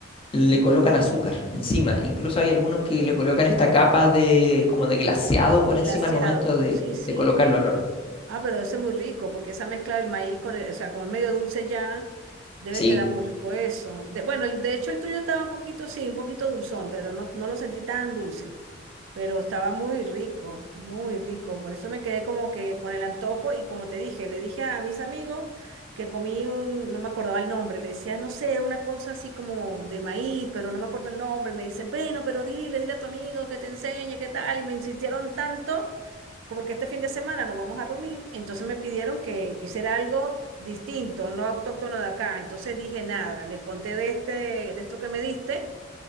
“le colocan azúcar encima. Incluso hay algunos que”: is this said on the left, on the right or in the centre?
Left